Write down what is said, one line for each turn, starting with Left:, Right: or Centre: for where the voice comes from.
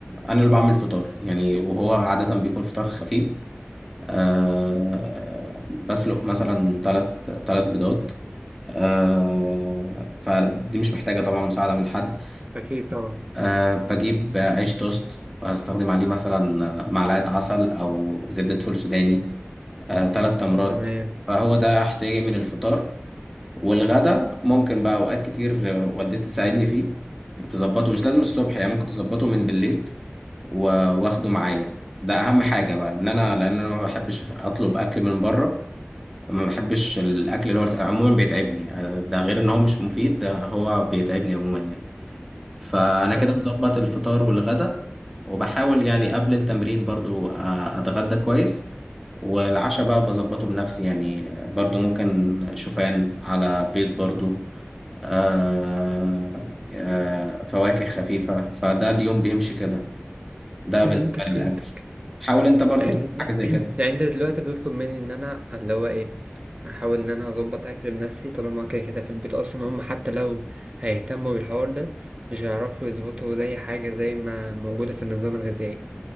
Centre: انا اللي بعمل فطار يعني وهو عاده بيكون فطار خفيف آه بسلق مثلا ثلاث ثلاث بيضات آه فدي مش محتاجة طبعا مساعدة من حد
Right: أكيد طبعا
Centre: آه بجيب عيش توست هستخدم عليه مثلا معلقة عسل أو زبدة فول سوداني آه ثلاث تمرات
Right: تمام
Centre: فهو ده احتياجي من الفطار والغدا ممكن بقى أوقات كتير والدتي تساعدني فيه تظبطه مش لازم الصبح يعني ممكن تظبطه من بالليل و- واخده معايا ده اهم حاجه بقى ان انا لان انا ما بحبش اطلب اكل من بره ما بحبش الاكل اللي هو الس- عموما بيتعبني آه، ده غير ان هو مش مفيد ده هو بيتعبني عموما يعني فانا كده
Right: فهمتك
Centre: مظبط الفطار والغدا وبحاول يعني قبل التمرين برضو آه، اتغدى كويس والعشاء بقى بظبطه بنفسي يعني برضو ممكن شوفان على بيض برضو آه آه فواكه خفيفة فده اليوم بيمشي كده ده
Right: فهمتك
Centre: بالنسبة للأكل
Right: فهمتك
Centre: حاول انت برضو
Right: يعني
Centre: تعمل حاجة زي
Right: <clears throat>
Centre: كده
Right: يعني انت دلوقتي بيطلب مني ان انا اللي هو ايه احاول ان انا اظبط اكل لنفسي طالما كده كده في البيت اصلا هم حتى لو هيهتموا بالحوار ده مش هيعرفوا يظبطوا زي حاجة زي ما موجودة في النظام الغذائي